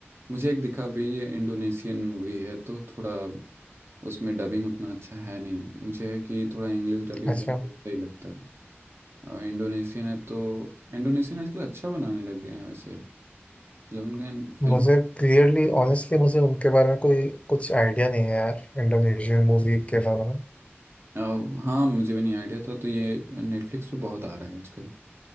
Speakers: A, on the right; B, on the left.
A: मुझे एक दिखा भी ये इंडोनेशियन मूवी है तो थोड़ा उसमें डबिंग उतना अच्छा है नहीं मुझे है कि थोड़ा इंग्लिश डबिंग
B: अच्छा
A: बस सही लगता है और इंडोनेशियन है तो इंडोनेशियन आजकल अच्छा बनाने लग गए हैं वैसे मतलब उनका इन-
B: मुझे
A: फिल्म
B: क्लियरली ऑनेस्टली मुझे उनके बारे में कोई कुछ आइडिया नहीं है यार इंडोनेशियन मूवी के बारे में
A: अ, हाँ मुझे भी नहीं आइडिया था तो ये नेटफ्लिक्स पे बहुत आ रहा है आजकल